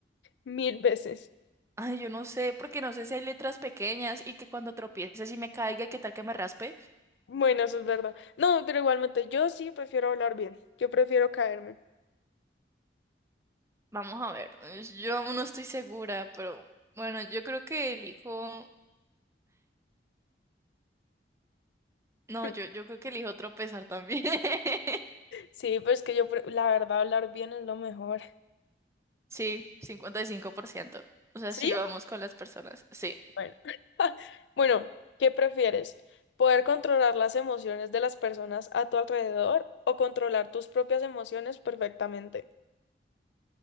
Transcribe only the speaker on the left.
mil veces.
Bueno, eso es verdad. No, pero igualmente yo sí prefiero hablar bien. Yo prefiero caerme.
<laughs>
Sí, pues que yo, pre- la verdad, hablar bien es lo mejor.
¿Sí?
Bueno. <laughs> Bueno, ¿qué prefieres? ¿Poder controlar las emociones de las personas a tu alrededor o controlar tus propias emociones perfectamente?